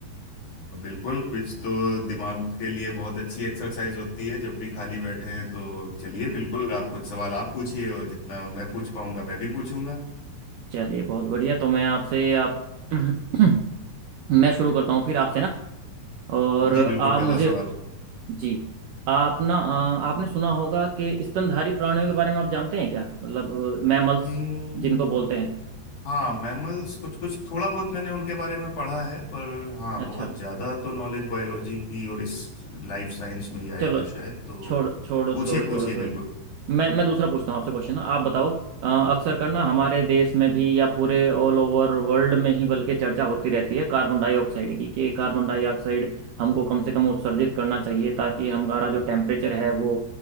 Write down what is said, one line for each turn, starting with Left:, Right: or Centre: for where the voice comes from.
Left: बिल्कुल कुछ तो दिमाग के लिए बहुत अच्छी एक्सरसाइज होती है जब भी खाली बैठे हैं तो चलिए बिल्कुल आप कुछ सवाल आप पूछिए और जितना मैं पूछ पाऊंगा मैं भी पूछूंगा
Right: चलिए बहुत बढ़िया तो मैं आपसे आप <clears throat> मैं शुरू करता हूँ फिर आपसे ना और
Left: जी बिल्कुल
Right: आप
Left: पहला
Right: मुझे
Left: सवाल
Right: जी आप ना अ, आपने सुना होगा कि स्तनधारी प्राणियों के बारे में आप जानते हैं क्या मतलब मैमल्स
Left: हम्म
Right: जिनको बोलते हैं
Left: हाँ मैमल्स कुछ कुछ थोड़ा बहुत मैंने उनके बारे में पढ़ा है पर हाँ
Right: अच्छा
Left: बहुत ज्यादा तो नॉलेज बायोलॉजी की और इस लाइफ साइंस में ही आएगा
Right: चलो
Left: शायद तो
Right: छोड़ छोड़ो
Left: पूछिए
Right: छोड़ो छोड़ो
Left: पूछिए
Right: तो
Left: बिल्कुल
Right: मैं मैं दूसरा पूछता हूँ आपसे क्वेश्चन आप बताओ अ, अक्सर करना हमारे देश में भी या पूरे ऑल ओवर वर्ल्ड में ही बल्कि चर्चा होती रहती है कार्बन डाइऑक्साइड की कि कार्बन डाइऑक्साइड हमको कम से कम उत्सर्जित करना चाहिए ताकि हमारा जो टेम्परेचर है वो